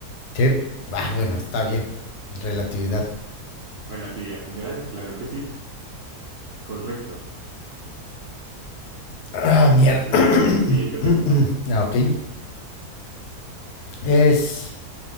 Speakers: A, on the left (about 80°); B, on the right (about 70°).
A: Qué, ah, bueno, está bien. Relatividad.
B: Relatividad general, claro que sí. Correcto.
A: Ah, mierda.
B: Listo,
A: <coughs>
B: siguiente pregunta.
A: Ah, ok. Es.